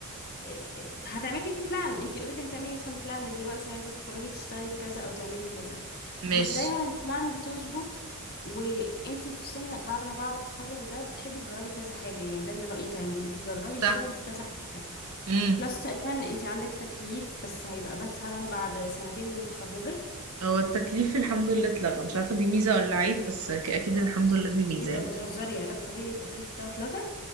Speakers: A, on the left; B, on the right.
A: أ- أ- هتعملي بلان انت اوريدي هتعملي مثلا بلان من دلوقتي عايزه تتخرجي تشتغلي في كذا او تعملي كذا
B: ماشي
A: مش دايما البلان بتظبط وانت في سن بعد ما بعد التخرج ده بتحبي تجربي كذا حاجه يعني ده اللي رايي تعمليه تجربي الشغل
B: صح
A: في كذا حاجه
B: امم
A: بلس تقريبا انت عندك تكليف بس هيبقى بس هلا بعد سنتين من تخرجك
B: هو التكليف الحمد لله اتلغى مش عارفة دي ميزة ولا عيب بس أك- اكيد الحمد لله دي ميزة
A: ايه ده
B: يعني
A: بتهزري علاج طبيعي التكليف بتاعه اتلغى